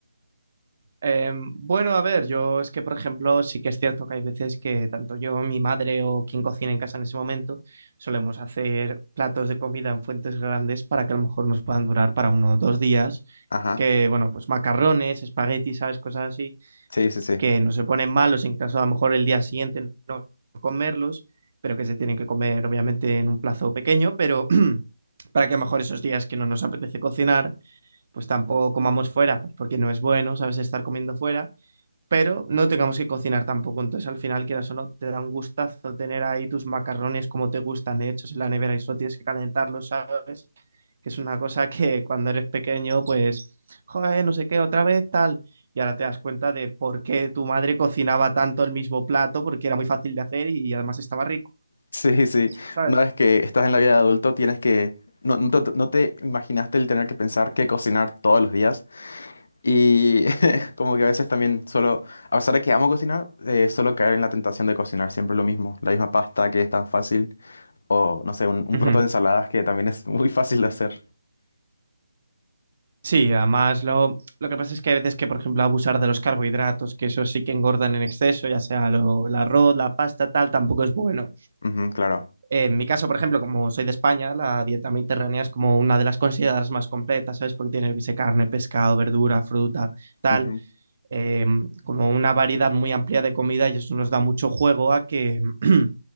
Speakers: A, on the right (about 45°); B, on the left (about 55°).
A: eh, bueno, a ver, yo es que, por ejemplo, sí que es cierto que hay veces que tanto yo, mi madre o quien cocina en casa en ese momento, solemos hacer platos de comida en fuentes grandes para que a lo mejor nos puedan durar para uno o dos días,
B: Ajá,
A: que, bueno, pues macarrones, espaguetis, ¿sabes? Cosas así
B: sí, sí, sí.
A: que no se ponen malos en caso a lo mejor el día siguiente no comerlos, pero que se tienen que comer obviamente en un plazo pequeño, pero <clears throat> para que a lo mejor esos días que no nos apetece cocinar, pues tampoco comamos fuera, pues porque no es bueno, sabes, estar comiendo fuera, pero no tengamos que cocinar tampoco, entonces al final quieras o no, te da un gustazo tener ahí tus macarrones como te gustan hechos en la nevera y solo tienes que calentarlos, sabes, que es una cosa que cuando eres pequeño, pues, joder, no sé qué, otra vez tal. Y ahora te das cuenta de por qué tu madre cocinaba tanto el mismo plato, porque era muy fácil de hacer y además estaba rico,
B: Sí, sí.
A: ¿sabes?
B: Una vez que estás en la vida de adulto, tienes que... No, no te, no te imaginaste el tener que pensar qué cocinar todos los días. Y <laughs> como que a veces también solo... A pesar de que amo cocinar, eh, solo caer en la tentación de cocinar siempre lo mismo. La misma pasta que es tan fácil. O, no sé, un, un
A: Ujú.
B: plato de ensaladas que también es <laughs> muy fácil de hacer.
A: Sí, además lo, lo que pasa es que hay veces que, por ejemplo, abusar de los carbohidratos, que eso sí que engordan en exceso, ya sea lo- el arroz, la pasta, tal, tampoco es bueno.
B: Ujú, claro.
A: En mi caso, por ejemplo, como soy de España, la dieta mediterránea es como una de las consideradas más completas, ¿sabes? Porque tiene, yo qué sé, carne, pescado, verdura, fruta, tal.
B: Ujú,
A: eh, como una variedad muy amplia de comida y eso nos da mucho juego a que mm,